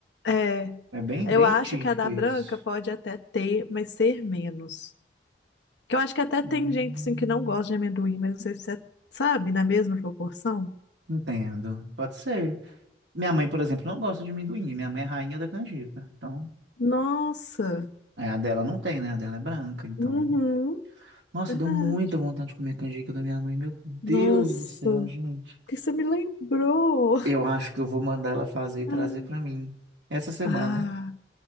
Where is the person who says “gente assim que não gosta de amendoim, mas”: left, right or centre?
Left